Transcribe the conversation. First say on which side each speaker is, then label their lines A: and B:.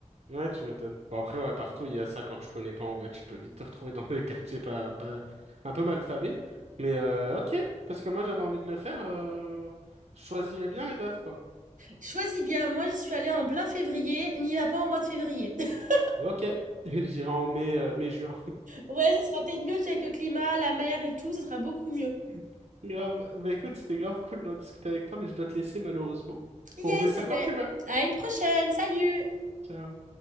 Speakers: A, on the right (about 60°); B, on the right (about 80°).
A: Ouais, tu m'étonnes. Bon, après, ouais, partout, il y a ça. Quand tu connais pas, en vrai, tu peux vite te retrouver dans des <laughs> quartiers pas, pas, un peu malfabés. Mais, euh, ok. Parce que moi, j'avais envie de le faire. Euh... Je choisirais bien les dates, quoi.
B: Choisis bien. Moi, j'y suis allée en plein février. N'y va pas en mois de février. <laughs>
A: Ok. <laughs> J'irai en mai, euh, mai-juin.
B: Ouais, ça sera peut-être mieux avec le climat, la mer et tout. Ça sera beaucoup mieux.
A: <laughs> Grave. Bah, écoute, c'était grave cool d'en discuter avec toi, mais je dois te laisser, malheureusement.
B: Yes,
A: On remet ça
B: et
A: quand
B: ben,
A: tu veux.
B: à une prochaine. Salut!
A: Ciao.